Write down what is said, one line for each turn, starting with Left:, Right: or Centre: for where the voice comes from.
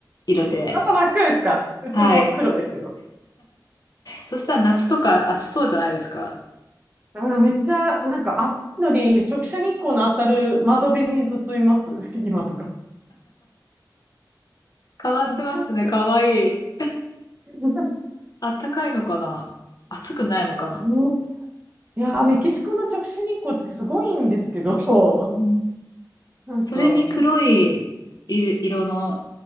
Left: 色で。
Right: あー、真っ赤ですか。うちも黒ですよ。
Left: はい。そしたら夏とか暑そうじゃないですか。
Right: あー、めっちゃ、なんか暑いのに、直射日光の当たる窓辺にずっといます。<laughs> 今とか。
Left: 変わってますね。
Right: めっちゃ暑い。
Left: かわいい。
Right: <laughs>
Left: あったかいのかな暑くないのかな
Right: ねえ。いやー、メキシコの直射日光ってすごいんですけど、<laughs>
Left: うん
Right: なんか、
Left: それに黒い色色の